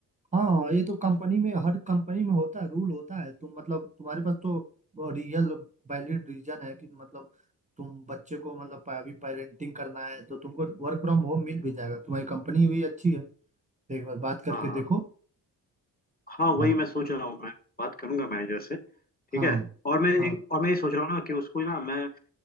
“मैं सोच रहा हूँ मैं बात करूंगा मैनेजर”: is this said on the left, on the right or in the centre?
Left